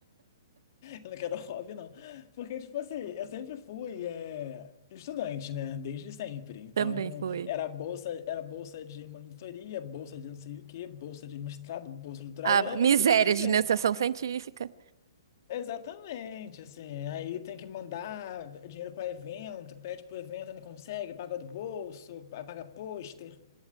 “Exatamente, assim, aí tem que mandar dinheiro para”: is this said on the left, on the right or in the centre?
Left